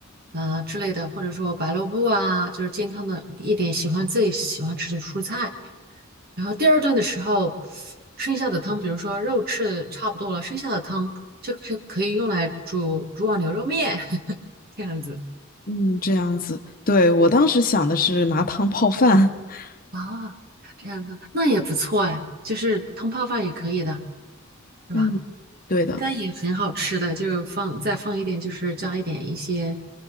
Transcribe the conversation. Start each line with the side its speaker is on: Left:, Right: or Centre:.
Right: 啊之类的，或者说白萝卜啊，就是健康的一点，喜欢自己喜欢吃的蔬菜。然后第二顿的时候，剩下的汤，比如说肉吃的差不多了，剩下的汤就可可以用来煮煮碗牛肉面。这样子。
Left: 嗯，这样子。对，我当时想的是拿汤泡饭。<laughs>
Right: 啊，这样子那也不错哎，就是汤泡饭也可以的，是吧？
Left: 嗯，对的，
Right: 应该也很好吃的，就是放再放一点，就是加一点一些